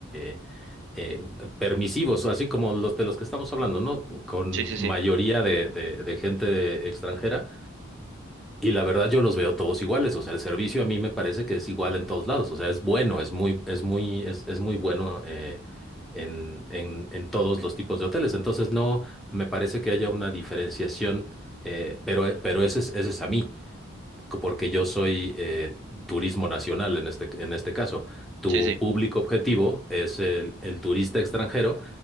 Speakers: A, in the centre; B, on the right.
A: eh, eh, permisivos, así como los de los que estamos hablando, ¿no? Con
B: sí, sí, sí,
A: mayoría de, de- de gente extranjera. Y la verdad yo los veo todos iguales, o sea, el servicio a mí me parece que es igual en todos lados, o sea, es bueno, es muy, es muy, es, es muy bueno eh, en, en- en todos los tipos de hoteles. Entonces no me parece que haya una diferenciación, eh, pero, pero ese es, ese es a mí porque yo soy eh, turismo nacional en este, en este caso. Tu
B: sí, sí,
A: público objetivo es el, el turista extranjero